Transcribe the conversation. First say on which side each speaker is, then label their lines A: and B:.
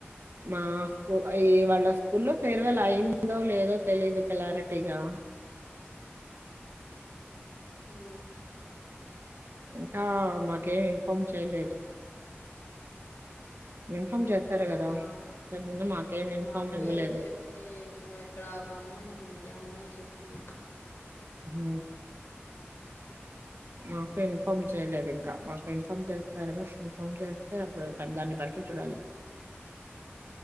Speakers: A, on the right; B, on the left.
A: మా స్కూ ఈ వాళ్ళ స్కూల్లో ఫేర్వెల్ అయిందో లేదో తెలీదు క్లారిటీగా
B: ఉ
A: ఇంకా మాకేం ఇన్ఫార్మ్ చేయలేదు ఇన్ఫార్మ్ చేస్తారు
B: అవునా
A: కదా ముందు మాకేం ఇన్ఫార్మ్
B: మాకు
A: ఇవ్వలేదు
B: ఎవరు చెప్పలేదు ఎక్కడ ఒక అమ్మాయి ఉంది ఆ అమ్మాయి చెప్పింది
A: మ్ మాకు ఇన్ఫామ్ చేయలేదు ఇంకా మాకు ఇన్ఫామ్ చేస్తారు ఇన్ఫామ్ చేస్తే అప్పుడు దాన్ని బట్టి చూడాలి